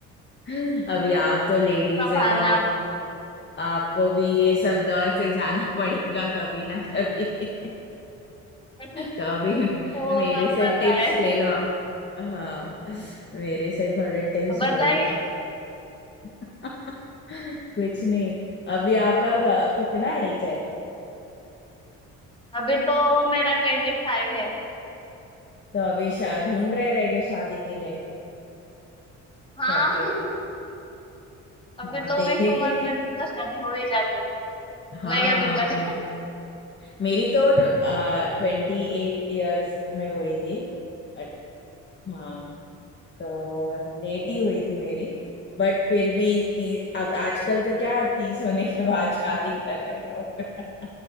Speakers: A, on the left (about 35°); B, on the left (about 15°).
A: <laughs> अभी आप तो लेडीज
B: संभालना
A: है तो आपको भी ये सब दौर से जाना <laughs> पड़ेगा कभी ना कभी <laughs>
B: <laughs>
A: तो अभी
B: वो
A: मेरे
B: तो
A: से
B: पता
A: टिप्स
B: है
A: ले लो आप हाँ मेरे से थोड़े टिप्स
B: बताइए
A: ले लो आप <laughs> कुछ नहीं अभी आपका क- कितना एज है
B: अभी तो मेरा ट्वेंटी फाइव है
A: तो अभी शा ढूंढ रहे रहेंगे शादी के लिए
B: हाँ
A: घर पे
B: <laughs> अभी
A: हाँ
B: तो
A: देखे
B: इस उम्र
A: कि नहीं
B: में तो शादी हो ही जाती
A: हाँ
B: नहीं अभी तक
A: वही मेरी तो ट्वेंटी एट इयर्स में हुई थी बट हाँ तो लेट ही हुई थी मेरी बट फिर भी ती, अब आजकल तो क्या तीस होने के बाद शादी कर रहे हैं लोग